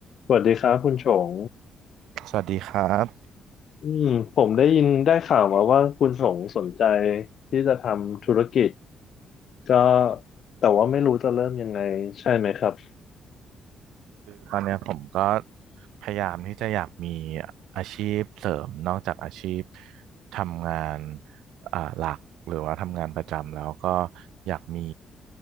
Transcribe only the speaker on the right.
สวัสดีครับ
ตอนเนี้ยผมก็พยายามที่จะอยากมีอาชีพเสริมนอกจากอาชีพทำงานอ่าหลักหรือว่าทำงานประจำแล้วก็อยากมี